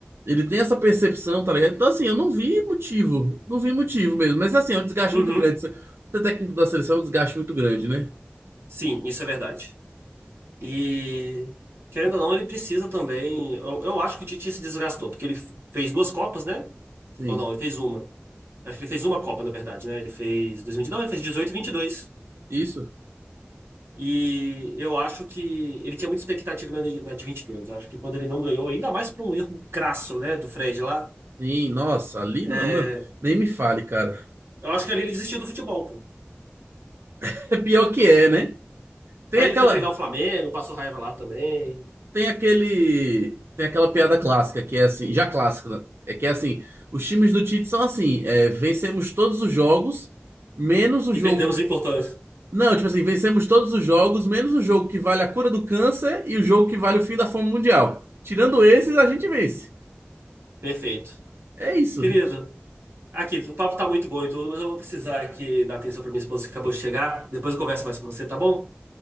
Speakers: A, on the right; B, on the right.
A: ele tem essa percepção, tá ligado? Então, assim, eu não vi motivo. Não vi motivo mesmo. Mas, assim, é um desgaste
B: Uhum.
A: muito grande. Ser técnico da seleção é um desgaste muito grande, né?
B: Sim, isso é verdade. E, querendo ou não, ele precisa também. Eu, eu acho que o Titi se desgastou, porque ele fez duas Copas, né?
A: Sim.
B: Ou não, ele fez uma. Acho que ele fez uma Copa, na verdade, né? Ele fez 2000, não, ele fez 18 e 22.
A: Isso?
B: E eu acho que ele tinha muita expectativa na, de- na de 22. Eu acho que quando ele não ganhou, ainda mais por um erro crasso, né, do Fred lá,
A: Sim, nossa, ali
B: é,
A: não, não. Nem me fale, cara.
B: eu acho que ali ele desistiu do futebol, pô.
A: <laughs> É pior que é, né? Tem
B: Aí
A: aquela.
B: ele foi treinar o Flamengo, passou raiva lá também.
A: Tem aquele. Tem aquela piada clássica, que é assim, já clássica, né? é que é assim, os times do Tite são assim, é, vencemos todos os jogos, menos o
B: E
A: jogo
B: perdemos o importante.
A: Não, tipo assim, vencemos todos os jogos, menos o jogo que vale a cura do câncer e o jogo que vale o fim da fome mundial. Tirando esses, a gente vence.
B: Perfeito.
A: É isso.
B: Querido, aqui, o papo tá muito bom e tudo, mas eu vou precisar aqui dar atenção pra minha esposa que acabou de chegar. Depois eu converso mais com você, tá bom?